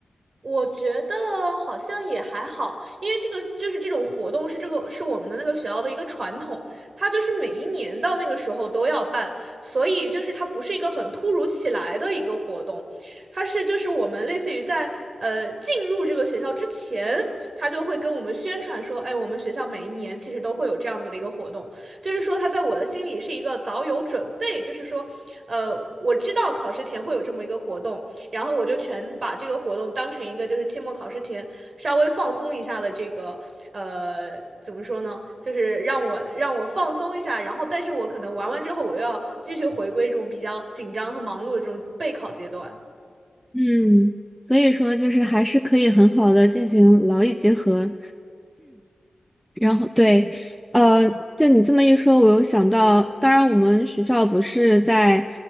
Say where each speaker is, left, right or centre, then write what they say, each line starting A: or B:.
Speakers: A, on the right; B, in the centre.
A: 我觉得好像也还好，因为这个就是这种活动是这个是我们的那个学校的一个传统，它就是每一年到那个时候都要办，所以就是它不是一个很突如其来的一个活动，它是就是我们类似于在呃进入这个学校之前，他就会跟我们宣传说，哎，我们学校每一年其实都会有这样子的一个活动，就是说他在我的心里是一个早有准备，就是说，呃，我知道考试前会有这么一个活动。然后我就全把这个活动当成一个就是期末考试前稍微放松一下的这个呃怎么说呢，就是让我让我放松一下，然后但是我可能玩完之后我又要继续回归这种比较紧张和忙碌的这种备考阶段。
B: 嗯，所以说就是还是可以很好的进行劳逸结合，<clears throat> 然后对，呃，就你这么一说，我又想到，当然我们学校不是在，